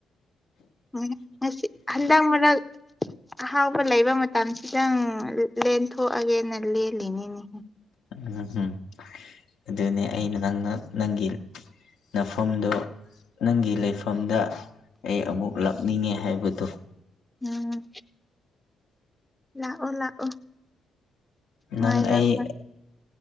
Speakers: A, in the centre; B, on the left (about 75°).
A: ꯎ ꯉꯁꯤ ꯍꯟꯗꯥꯡ ꯃꯅꯥ ꯑꯍꯥꯎꯕ ꯂꯩꯕ ꯃꯇꯝꯁꯤꯗꯪ ꯂꯦꯟꯊꯣꯛꯑꯒꯦꯅ ꯂꯦꯜꯂꯤꯅꯤꯅꯦꯍ
B: ꯎꯝꯝ ꯑꯗꯨꯅꯦ ꯑꯩꯅ ꯅꯪꯅ ꯅꯪꯒꯤ ꯅꯐꯝꯗꯣ ꯅꯪꯒꯤ ꯂꯩꯐꯝꯗ ꯑꯩ ꯑꯃꯨꯛ ꯂꯥꯛꯅꯤꯡꯉꯦ ꯍꯥꯏꯕꯗꯣ
A: ꯎꯝ ꯂꯥꯛꯑꯣ ꯂꯥꯛꯑꯣ
B: ꯅꯪ
A: ꯉꯥꯏꯔꯝꯃ
B: ꯑꯩ